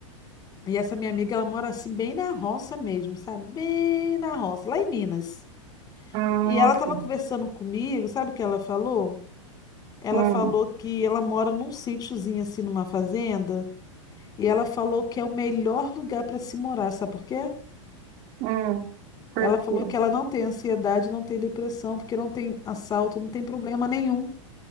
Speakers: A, on the left (about 25°); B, on the right (about 40°).
A: E essa minha amiga, ela mora assim, bem na roça mesmo, sabe? Bem na roça, lá em Minas.
B: hum,
A: E ela
B: assim.
A: estava conversando comigo, sabe o que ela falou? Ela
B: Hum,
A: falou que ela mora num sítiozinho assim, numa fazenda, e ela falou que é o melhor lugar para se morar, sabe por quê?
B: hum, por
A: Ela falou
B: quê?
A: que ela não tem ansiedade, não tem depressão, porque não tem assalto, não tem problema nenhum.